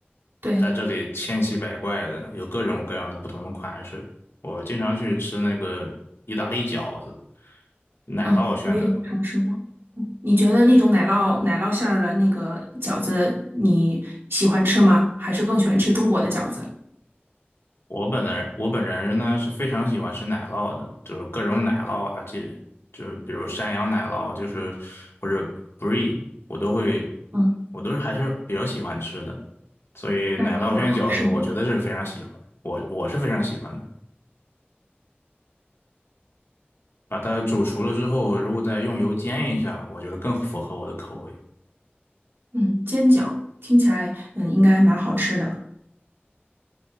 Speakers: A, on the right; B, on the left.
A: 对。
B: 在这里千奇百怪的，有各种各样的不同的款式。我经常去吃那个意大利饺子，奶酪馅的，
A: 嗯，我也有尝试过。嗯你觉得那种奶酪奶酪馅儿的那个饺子，你喜欢吃吗？还是更喜欢吃中国的饺子？
B: 我本人我本人呢是非常喜欢吃奶酪的，就是各种奶酪啊，就就是比如山羊奶酪，就是或者 brie，我都会，
A: 嗯，
B: 我都是还是比较喜欢吃的。所以奶酪卷饺子，
A: 那应该蛮合适你的。
B: 我觉得是非常喜欢，我是我是非常喜欢的。把它煮熟了之后，如果再用油煎一下，我觉得更符合我的口味。
A: 嗯，煎饺听起来，嗯，应该蛮好吃的。